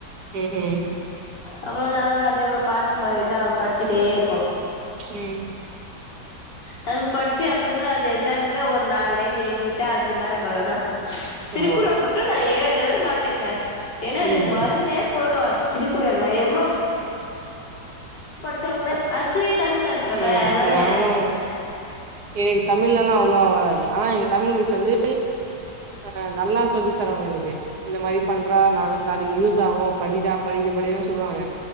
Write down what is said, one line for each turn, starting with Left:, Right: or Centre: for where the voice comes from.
Right: ம்ஹீ ம்
Left: அப்பற நாங்களு அதே மாரி பாட்டு மாரி தா படிச்சுட்டே இருப்போ
Right: ம்
Left: தம் படிச்சு அப்பறமா அது எக்ஸாம்ல ஒரு நாலு லைன் எழுதிவிட்டா அஞ்சு மார்க் அவ்ளோதா திருக்குறள்
Right: ஓ!
Left: மட்டு நா ஏதவே மாட்டேங்க ஏன்னா எனக்கு
Right: ம்,
Left: மறந்தே போய்டு அது திருக்குறள் மயவோ படிச்சா கூட அது தூய தமிழ்ல இருக்குல்ல
Right: ம்.
Left: அதால
Right: நானும் எனக்கு தமிழ்லல்லா அவ்வளவா வராது ஆனா எங்க தமிழ் மிஸ் வந்து அ நல்லா சொல்லி தருவாங்க எனக்கு இந்த மாரி பண்றா நா நாளைக்கு யூஸ் ஆகு படிடா படிடா படின்னு சொல்லுவாங்க